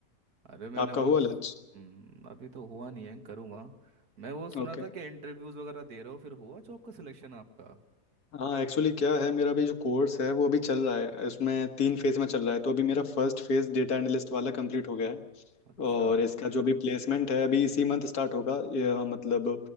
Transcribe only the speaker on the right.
अरे मैंने
बस
हम्म अभी तो हुआ नहीं है करूँगा मैं वो सुना
था कि इंटरव्यूज़ वगैरह दे रहे हो फिर हुआ जॉब का सिलेक्शन आपका
अच्छा